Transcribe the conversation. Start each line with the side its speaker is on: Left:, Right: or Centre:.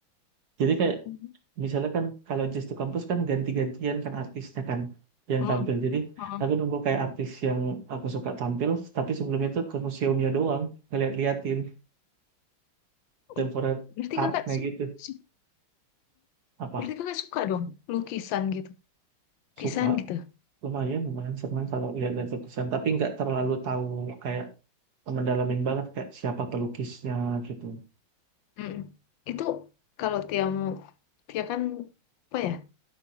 Right: Jadi kayak
Left: Mhm.
Right: misalnya kan kalau Jazz to kampus kan ganti-gantian kan artisnya kan yang
Left: Mm, mm,
Right: tampil. Jadi
Left: mm.
Right: aku nunggu kayak artis yang aku suka tampil tapi sebelum itu ke museumnya doang ngeliat-liatin
Left: Oh,
Right: temporary
Left: Berarti
Right: artnya
Left: kakak su-
Right: gitu.
Left: su-
Right: Apa
Left: berarti kakak suka dong lukisan gitu, lukisan
Right: suka
Left: gitu.
Right: lumayan lumayan senang kalau lihat-lihat lukisan tapi nggak terlalu tahu kayak mendalamin banget kayak siapa pelukisnya gitu.
Left: Mm-mm. Itu kalau Tia mau, Tia kan apa ya?